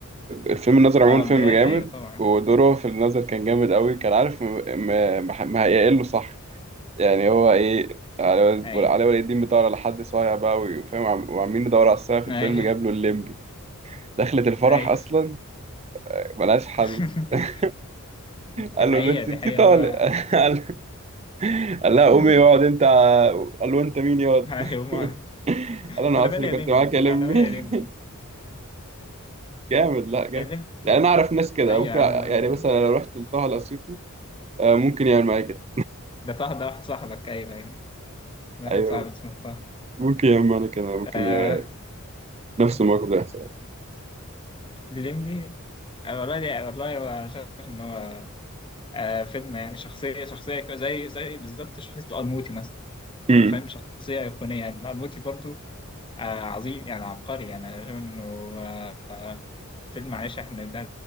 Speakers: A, on the right (about 30°); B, on the left (about 25°).
A: الفيلم النظر عموما
B: اه
A: فيلم
B: بداية
A: جامد
B: ايوه طبعا
A: ودوره في النظر كان جامد قوي كان عارف م- م- مح- ما هيقله صح يعني هو ايه علي
B: ايوه
A: ول- علي ولي الدين بيدور على حد صايع بقى وفاهم عم- وعمالين ندور على الصايع في الفيلم
B: ايوه
A: جاب له الليمبي دخلة الفرح
B: ايوه
A: اصلا ملهاش حل
B: <laughs>
A: <laughs>
B: دي
A: قال
B: حقيقة
A: له البنت
B: دي
A: انت
B: حقيقة
A: طالق
B: هو
A: <laughs> قال قال لها قومي
B: <laughs>
A: اقعد انت قال له انت مين يقعد
B: ايوه ما
A: <laughs> قال له انا
B: وانا
A: قعدت
B: مالي
A: في اللي
B: يا ليمبي
A: كنت معاك
B: تقول
A: يا لمي
B: له انا مالي يا ليمبي
A: <laughs> جامد لا جامد
B: يا ليمبي
A: يعني انا اعرف ناس كده
B: ايوه
A: ممكن
B: يا
A: يعني
B: عم
A: مثلا لو رحت لطه الاسيوطي آه، ممكن يعمل معايا كده
B: ده طه ده واحد صاحبك ايوه ايوه ده واحد
A: ايوه
B: صاحبك اسمه طه
A: ممكن يعمل معايا كده ممكن
B: آه
A: ي... نفس الموقف ده يحصل
B: الليمبي آه، والله والله هو شايف ان هو آه فيلم يعني شخصية شخصية ك- زي زي بالظبط شخصية القرموطي مثلا
A: <laughs>
B: أنت فاهم شخصية أيقونية يعني القرموطي برضو آه عظيم يعني عبقري يعني أنا شايف إنه آه آه، فيلم معلش إحنا ده